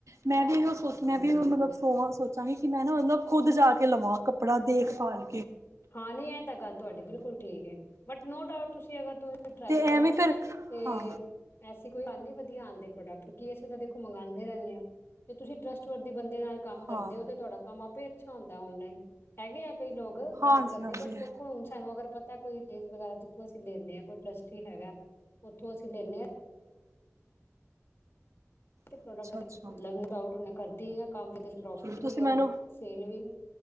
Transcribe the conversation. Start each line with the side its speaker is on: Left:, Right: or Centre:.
Right: ਮੈਂ ਵੀ ਇਹ ਸੋਚ ਮੈਂ
Left: ਹਾਂਜੀ
Right: ਵੀ ਮਤਲਬ ਸੋਚ- ਸੋਚਾਂਗੀ ਕਿ ਮੈਂ ਨਾ ਮਤਲਬ ਖੁਦ ਜਾ ਕੇ ਲਵਾਂ ਕੱਪੜਾ ਦੇਖਭਾਲ
Left: ਹਾਂ ਨੀ ਇਹ ਤਾਂ ਗੱਲ ਤੁਹਾਡੀ ਬਿਲਕੁਲ ਠੀਕ ਏ। ਬਟ ਨੋ ਡਾਊਟ ਤੁਸੀਂ ਅਗਰ ਤੁ ਫ ਟਰਾਈ
Right: ਤੇ
Left: ਕਰਨਾ
Right: ਐਵੇਂ ਫਿਰ
Left: ਤੇ
Right: ਹਾਂ
Left: ਕੋਈ ਵਧੀਆ ਆਉਂਦੇ ਪ੍ਰੋਡਕਟ ਕੀ ਅਸੀਂ ਤਾਂ ਦੇਖੋ ਮੰਗਾਦੇ ਰਹਿੰਦੇ ਹਾਂ ਜੇ ਤੁਸੀਂ ਟਰੱਸਟ ਵਰਦੀ ਬੰਦੇ ਨਾਲ ਕੰਮ ਕਰਦੇ
Right: ਹਾਂ
Left: ਹੋ ਤੇ ਤੁਹਾਡਾ ਕੰਮ ਆਪ ਵੇ ਅੱਛਾ ਹੁੰਦਾ ਓਨਲਾਈਨ ਹੈਗੇ ਆ ਕਈ ਲੋਕ ਗਲਤ
Right: ਹਾਂਜੀ
Left: ਕੲਈਦੇਖੋ
Right: ਹਾਂਜੀ
Left: ਹੁਣ ਸ਼ਹੀਦ ਅਗਰ ਪਤਾ ਕੋਈ ਫੇਸ ਵਗੈਰਾ ਜਿੱਥੋਂ ਅਸੀਂ ਲੈਂਦੇ ਹਾਂ ਕੋਈ ਟਰੱਸਟੀ ਹੈਗਾ ਉੱਥੋਂ ਅਸੀਂ ਲੈਂਦੇ ਹਾਂ।
Right: ਅੱਛਾ
Left: ਪ੍ਰੋਡਕਟ
Right: ਅੱਛਾ
Left: ਮਤਲਬ ਡਾਉਟ ਹੁਣ ਕਰਦੀ ਆ ਕੰਮ ਜਿਹਦੇ ਚ ਪ੍ਰੋਫਿਟ
Right: ਚਲੋ ਤੁਸੀਂ
Left: ਵੀ ਹੈ
Right: ਮੈਨੂੰ
Left: ਸੇਲ ਵੀ